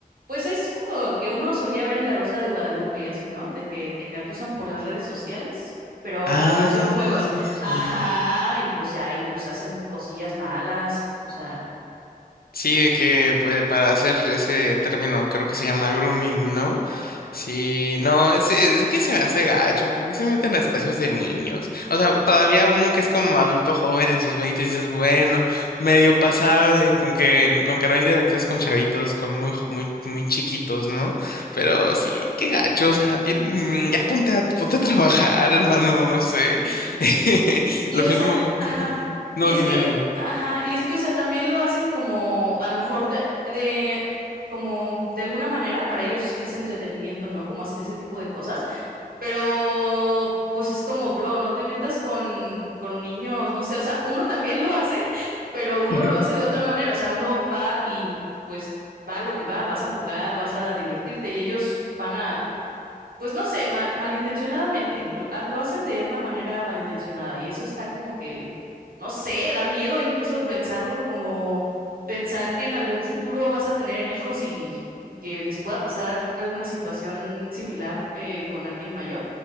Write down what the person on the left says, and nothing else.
Ah,
sí.
Sí, de que eh, para hacer ese término creo que se llama grooming, ¿no? Sí, no, es, es que se me hace gacho, porque se meten a espacios de niños? O sea, todavía uno que es como adulto joven en sus 20 dices, bueno, medio pasable, con que, con que no interactúes con chavitos, con muy, muy, muy chiquitos, ¿no? Pero sí, qué gacho, o sea, tien- ya ponte a, ponte a trabajar, hermano, no sé. <laughs>
Lo
mismo,
<laughs>
no,
dime,
dime.
<laughs>